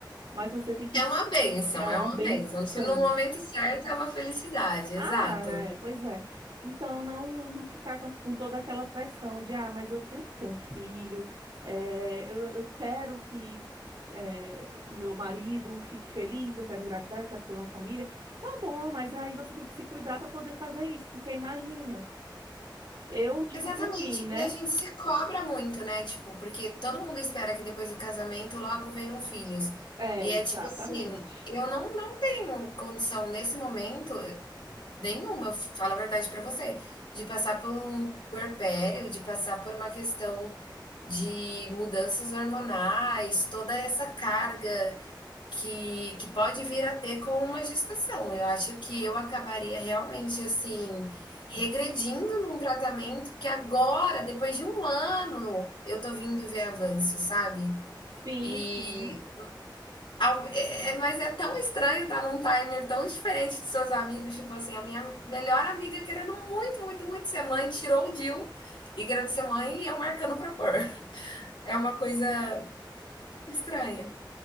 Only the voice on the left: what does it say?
É
uma bênção,
é uma
bênção. Se no momento certo é uma felicidade, exato.
Exatamente.
E a gente se cobra muito, né? Tipo, porque todo mundo espera que depois do casamento logo venham filhos.
E é
tipo assim, eu não, não tenho condição nesse momento nenhuma, eu falo a verdade pra você, de passar por um puerpério, de passar por uma questão de mudanças hormonais, toda essa carga que, que pode vir a ter com uma gestação. Eu acho que eu acabaria realmente assim regredindo num tratamento que agora, depois de um ano, eu tô vindo ver avanço, sabe?
E
ao- é, é- mas é tão estranho estar num timer tão diferente dos seus amigos, tipo assim, a minha melhor amiga querendo muito, muito, muito ser mãe, tirou o DIU e querendo ser mãe e eu marcando pra pôr. É uma coisa estranha.